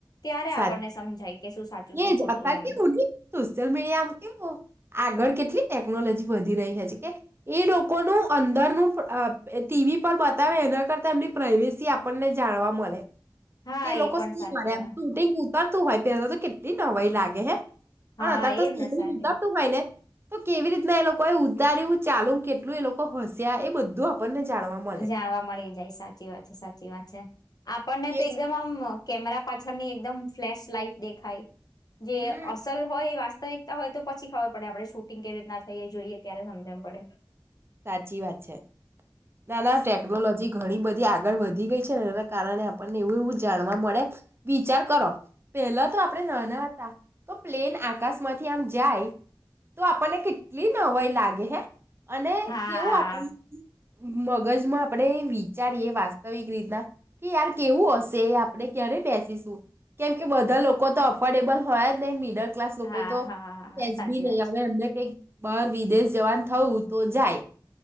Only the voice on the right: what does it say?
સાચ
એજ
અતાર
કેવું સોશિયલ મીડિયામાં કેવું આગળ કેટલી ટેકનોલોજી વધી રહી છે, છે, કે એ લોકોનું અંદરનું ટીવી પર બતાવે એના કરતા એમની પ્રઇવેસી આપણને જાણવા મળે
કે લોકો
શું
કરે એમ
શૂટિંગ ઉતરતું હોય પેલા તો કેટલી નવાઈ લાગે હે. પણ
આ તો
શોધ
<unintelligible>
તું <unintelligible> ને. તો કેવી રીતના એ લોકો એ ઉતાર્યું ચાલુ કેટલું એ લોકો હસ્યા એ બધું. આપણને જાણવા મળે
એ
હમ
સાચી વાત છે ના ના ટેકનોલોજી ઘણી બધી આગળ વધી ગઈ છે, એના કારણે આપણને એવું એવું જાણવા મળે વિચાર કરો પેલા તો આપણે નાના હતા તો પ્લેન આકાશ માંથી આમ જાય તો આપણને કેટલી નવાઈ લાગે હે. અને
કેવું આપણ. મગજમાં આપણે વિચારીએ વાસ્તવિક રીતના કે યાર કેવું હશે આપણે ક્યારે બેસીશું કેમ કે બધા લોકો તો અફોર્ડેબલ હોય જ ને મીડ ક્લાસ લોકો
તો
સજ
બી નહી
આવે
એમને કંઈક બહાર વિદેશ જવાન થયું તો જાય.